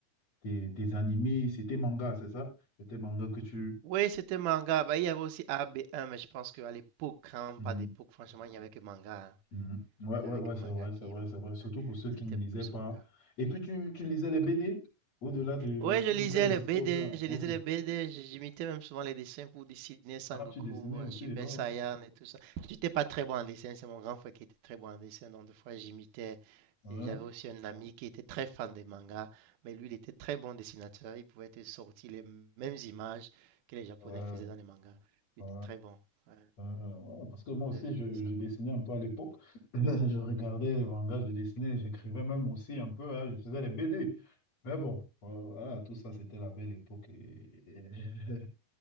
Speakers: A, on the left (about 50°); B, on the right (about 75°).
A: tes, tes animés, c'était manga, c'est ça? C'était manga que tu...
B: Oui, c'était manga. Bah, il y avait aussi AB1, mais je pense qu'à l'époque, quand
A: Mhm.
B: on parle d'époque, franchement, il n'y avait que manga. hein.
A: Mhm. Ouais, ouais,
B: Il n'y avait
A: ouais,
B: que
A: c'est
B: manga
A: vrai,
B: qui.
A: c'est vrai,
B: manga.
A: c'est vrai. Surtout pour ceux
B: C'était
A: qui ne lisaient
B: plus
A: pas.
B: manga.
A: Et puis, tu, tu lisais les BD au-delà de.
B: Ouais, je
A: Tu
B: lisais
A: lisais les
B: les
A: histoires,
B: BD,
A: ça.
B: je
A: Ok.
B: lisais les BD, j- j'imitais même souvent les dessins pour dessiner Sangoku,
A: Ah, tu dessinais aussi.
B: euh, Super
A: Oh.
B: Saiyan et tout ça. J'étais pas très bon en dessin, c'est mon grand frère qui était très bon en dessin, donc des fois j'imitais.
A: Ouais,
B: Et j'avais aussi un ami qui était très fan des mangas, mais lui il était très bon dessinateur, il pouvait te sortir les mêmes images que les Japonais
A: ouais,
B: faisaient dans les mangas.
A: ouais,
B: Il était très bon. Ouais,
A: ouais. Ouais, Parce que moi aussi,
B: j'ai j'ai
A: je,
B: fait ça.
A: je dessinais un peu à l'époque. <laughs> Je regardais les mangas, je dessinais, j'écrivais même aussi un peu. hein, Je faisais les BD. Mais bon, euh, voilà, tout ça, c'était la belle époque. Et... <laughs>